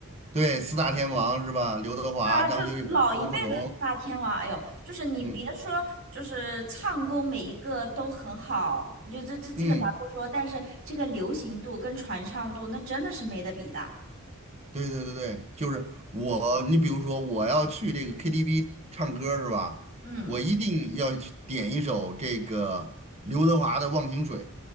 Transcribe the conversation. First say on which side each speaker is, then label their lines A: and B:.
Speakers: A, on the right; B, on the right.
A: 对，四大天王是吧？刘德华、
B: 对啊，
A: 张学友、
B: 就老一辈的四大天王，
A: 郭富城，
B: 哎呦，就是你别说，
A: 嗯
B: 就是唱功每一个都很好，你就这这这个咱不说，
A: 嗯。
B: 但是这个流行度跟传唱度，那真的是没得比的。
A: 对对对对，就是我，你比如说我要去这个 KTV 唱歌是吧？
B: 嗯。
A: 我一定要去点一首这个刘德华的《忘情水》，